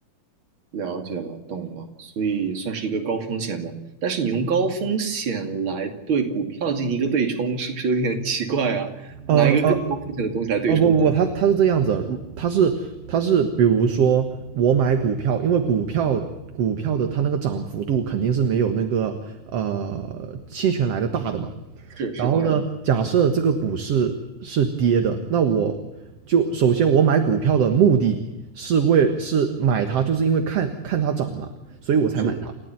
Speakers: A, on the right; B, on the right.
A: 了解了，懂了。所以算是一个高风险的，但是你用高风险来对股票进行一个对冲，是不是有点奇怪啊？拿一个更高风险的东西来对冲？
B: 呃呃，哦不不，他他是这样子，他是他是，比如说我买股票，因为股票股票的它那个涨幅度肯定是没有那个呃期权来的大的嘛。
A: 是是，
B: 然后呢，
A: 当然
B: 假设这个股市是跌的，那我就首先我买股票的目的是为是买它，就是因为看看它涨嘛，所以我才买它。
A: 是，